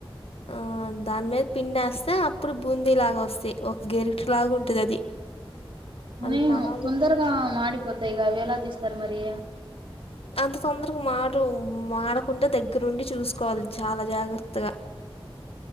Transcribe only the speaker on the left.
ఆ దాని మీద పిండి ఎస్తే అప్పుడు బూందీలాగా వస్తాయి ఒక గెరిట్ లాగా ఉంటది అది
అది కొనాలి
అంత తొందరగా మాడు మాడకుండా దగ్గరుండి చూసుకోవాలి చాలా జాగ్రత్తగా